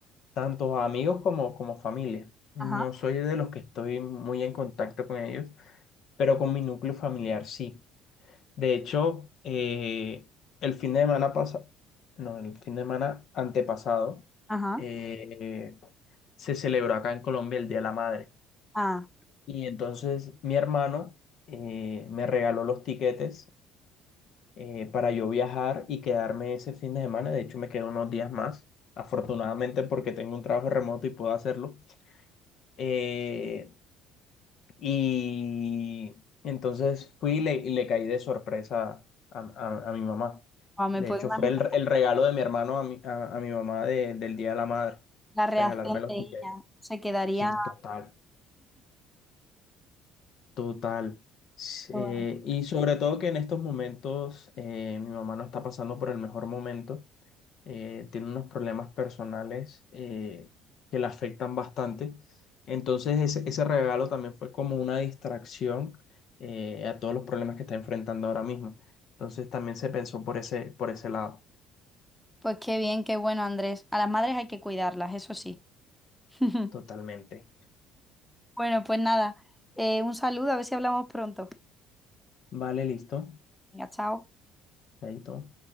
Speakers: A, on the left (about 60°); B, in the centre.
A: tanto a amigos como, como familia. No
B: Ajá,
A: soy de los que estoy muy en contacto con ellos, pero con mi núcleo familiar sí. De hecho, eh, el fin de semana pasado, no, el fin de semana antepasado,
B: ajá.
A: eh, se celebró acá en Colombia el Día de la Madre.
B: Ah,
A: Y entonces mi hermano eh, me regaló los tiquetes eh, para yo viajar y quedarme ese fin de semana. De hecho, me quedo unos días más, afortunadamente porque tengo un trabajo remoto y puedo hacerlo. Eh, y entonces fui y le, y le caí de sorpresa a, a- a mi mamá.
B: o me
A: De
B: puedo
A: hecho,
B: imaginar
A: fue el, el regalo de mi hermano a mi, a, a mi mamá de- del Día de la Madre,
B: la reacción
A: regalarme los
B: de ella.
A: tiquetes.
B: Se quedaría.
A: Sí, total. Total. S-
B: Bueno,
A: eh, y sobre todo que en estos momentos eh, mi mamá no está pasando por el mejor momento. eh, tiene unos problemas personales eh, que la afectan bastante. Entonces ese, ese regalo también fue como una distracción eh, a todos los problemas que está enfrentando ahora mismo. Entonces también se pensó por ese, por ese lado,
B: Pues qué bien, qué bueno, Andrés. A las madres hay que cuidarlas, eso sí. <laughs>
A: totalmente.
B: Bueno, pues nada, eh, un saludo, a ver si hablamos pronto.
A: Vale, listo.
B: Venga, chao.
A: Ahí todo.